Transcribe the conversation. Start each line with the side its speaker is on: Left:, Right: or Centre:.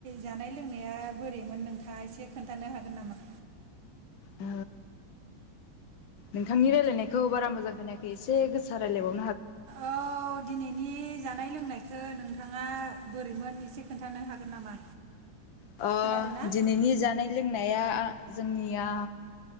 Right: जानाय लोंनाया बोरैमोन नोंथांङा एसे खोन्थानो हागोन नामा?
Left: ओ नोंथांनि रायलायनायखौ बारा मोजां खोनायाखै एसे गोसा रायलायबाव
Right: औ दिनैनि जानाय लोंनाय खो नोंथांङा बोरैमोन एसे खोन्थानो हागोन नामा
Left: अ
Right: खोनादों ना?
Left: दिनैनि जानाय लोंनाय नाया जोंनिया